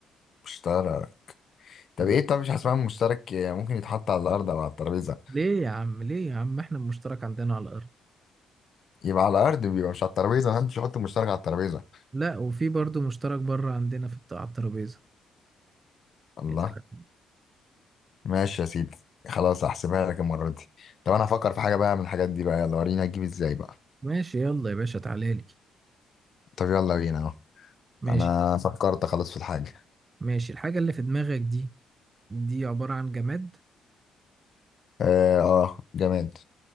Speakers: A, on the left (about 55°); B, on the right (about 30°).
A: مشترك طب
B: مم.
A: إيه طب مش حاسبها مشترك آه، ممكن يتحط على الأرض أو على الترابيزة
B: ليه يا عم ليه يا عم احنا المشترك عندنا على الأرض
A: يبقى على الأرض بيبقى مش على الترابيزة محدش يحط مشترك على الترابيزة
B: لا وفي برضو مشترك بره عندنا في الت- على الترابيزة
A: الله
B: يا سلام
A: ماشي يا سيدي خلاص هحسبها لك المرة دي طب انا هفكر في حاجة بقى من الحاجات دي بقى يلا وريني هتجيب ازاي بقى
B: ماشي يلا يا باشا تعالى لي
A: طب يلا بينا اهو
B: ماشي
A: انا فكرت خلاص في الحاجة
B: ماشي الحاجة اللي في دماغك دي دي عبارة عن جماد
A: اه آه، جماد